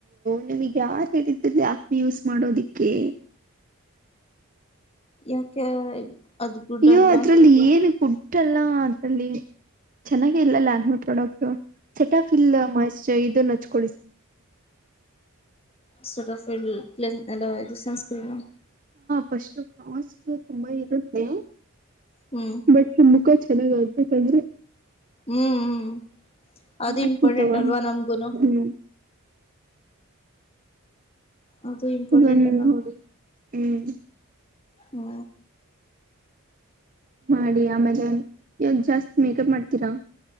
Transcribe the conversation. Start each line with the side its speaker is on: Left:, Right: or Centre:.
Right: ನೀಮಿಗ್ ಯಾರ್ ಹೇಳಿದ್ದು ಲ್ಯಾಕ್ಮಿ ಯೂಸ್ ಮಾಡೋದಿಕ್ಕೆ.
Left: ಯಾಕೆ ಅದು ಗುಡ್
Right: ಅಯ್ಯೋ
Left: ಅಲ್ವಾ
Right: ಅದ್ರಲ್ಲಿ ಏನ್ ಗುಡ್ ಡ್ ಅಲ್ಲ ಅದ್ರಲ್ಲಿ ಚೆನ್ನಾಗೆ ಇಲ್ಲ ಲ್ಯಾಕ್ಮಿ ಪ್ರಾಡಕ್ಟು. ಸೆಟಫೀಲ್ ಮಾಶ್ಚ ಇದುನ್ ಹಚ್ಕೋಳಿ ಸರ್.
Left: ಸೆಟಫ್ ಫಿಲ್ ಕ್ಲೆನ್ ಅಲ್ಲ ಇದು ಸನ್ಸ್ ಸ್ಕ್ರೀ ತಿರ್ಣ.
Right: ಫಸ್ಟು ಕಾಸ್ಟು ತುಂಬಾ ಇರುತ್ತೆ.
Left: ಹ್ಮ್
Right: ಬಟ್ ಮುಖ ಚಾ ಚೆನ್ನಾಗ್ ಆಗ್ಬೇಕಂದ್ರೆ.
Left: ಹ್ಮ್ ಹ್ಮ್ ಅದು
Right: ಮಾಡ್ತೀವಿ
Left: ಇಂಪಾರ್ಟೆಂಟ್
Right: ತಗೊಂಡು
Left: ಅಲ್ವಾ ನಮ್ಗುನು.
Right: ಹ್ಮ್
Left: ಅದು ಇಂಪಾರ್ಟೆಂಟ
Right: ಅದೊಂದ್
Left: ನಮ್.
Right: ನೋಡಿ ಹ್ಮ್
Left: ಹಾ
Right: ಮಾಡಿ ಆಮೇಲೆ ಯಾಕ್ ಜಾಸ್ತಿ ಮೇಕಪ್ ಮಾಡ್ತೀರಾ.